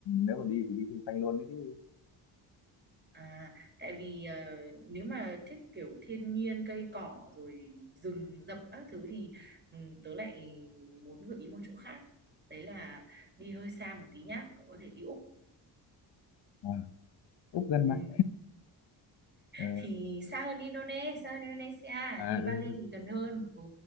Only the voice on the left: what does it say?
nếu mà đi thì đi xung quanh luôn đấy chứ
à, Úc gần
mà ờ,
à
ừ,